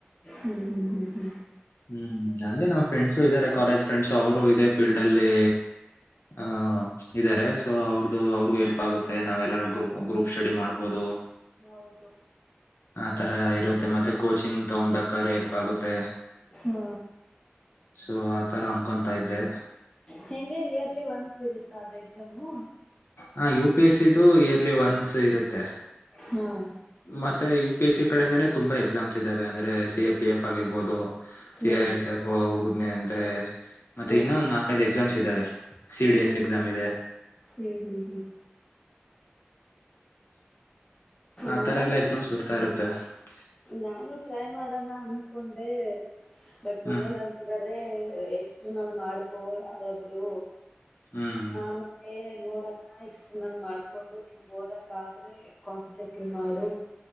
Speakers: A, on the left; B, on the left.
A: ಹ್ಮ್ ಹ್ಮ್ ಹ್ಮ್ ಹ್ಮ್.
B: ಹ್ಮ್ ಹಂಗೆ ನಾವ್ ಫ್ರೆಂಡ್ಸು ಇದಾರೆ ಕಾಲೇಜ್ ಫೆಂಡ್ಸು ಅವರು ಇದೇ ಫೀಲ್ಡ್ ದಲ್ಲಿ ಹ್ಞಾಂ ಇದಾರೆ ಸೋ ಅವ್ರ್ ಅದು ಅವ್ರ್ಗೂ ಹೆಲ್ಪ್ ಆಗುತ್ತೆ ನಾವೆಲ್ಲರು ಗ್ರೂಪ್ ಗ್ರೂಪ್ ಸ್ಟಡಿ ಮಾಡ್ಬೋದು,
A: ಹೌದು
B: ಆ ತರ ಆ ಇರುತ್ ಮತ್ತೆ ಮತ್ತೆ ಕೋಚಿಂಗ್ ತಗೊಂಬೇಕಾದ್ರೆ ಹೆಲ್ಪ್ ಆಗುತ್ತೆ
A: ತಾ.
B: ಇದು ಆತರ ಅನ್ಕೊಂತಾ ಇದ್ದೆ.
A: ಹೆಂಗೆ ಇಯರ್ಲಿ ವನ್ಸ್ ಇರುತ್ತಾ ಅದು ಎಕ್ಸಾಮು?
B: ಹಾ ಯುಪಿಎಸ್ಸಿದು ಇಯರ್ರ್ಲಿ ವನ್ಸ್ ಇರುತ್ತೆ
A: ಹಾ ಹ್ಮ್
B: ಮತ್ತೆ ಯು ಪಿಸಿ ಕಡೆಯಿಂದಾನೆ ತುಂಬಾ ಎಕ್ಸಾಮ್ಸ್ ಇದಾವೆ ಅಂದ್ರೆ ಸಿಎಪಿಫ್ ಆಗಿರ್ ಬೋದು
A: ಹ್ಮ್
B: ಸಿಐಎಸ್ಎಫ್ ಹೋ ಹೋಗುದ್ ಮೆ ಅಂದ್ರೆ ಮತ್ತೆ
A: ಹ್ಮ್
B: ಇನ್ನ ಒಂದ್ ನಾಲ್ಕ್ ಐದ್ ಎಕ್ಸಾಮ್ <unintelligible> ಇದಾವೆ. ಸಿ ಡಿ
A: ಹ್ಮ್
B: ಎಸ್ ಎಕ್ಸಾಮ್ ಇದೆ.
A: ಹ್ಮ್ ಹ್ಮ್ ಹ್ಮ್
B: ಆತರ
A: ನಾನು
B: ಎಲ್ಲ ಎಕ್ಸಾಮ್ಸ್ ಬರ್ತಾ ಇರತ್ತೆ. ತ್ತೆ.
A: ನಾನು ಟ್ರೈ ಮಾಡೋಣ ಅಂದ್ಕೊಂಡೆ. ಬಟ್ ಮನೇಲಿ
B: ಹ್ಮ್
A: ಅಂತಿದ್ದಾರೆೆ. ಎಕ್ಸ್ಟರ್ನಲ್ ಮಾಡ್ಕೊ ಯಾವುದಾದ್ರೂ.
B: ಹ್ಮ್
A: ಆಮೇಲೆ ನೋಡ <unintelligible> ಮಾಡ್ಕೊಂಡು ನಿನಗ್ ಓದಕ್ ಆದ್ರೆ ಕಾಂಪಿಟೇಟಿವ್ ಮಾಡು.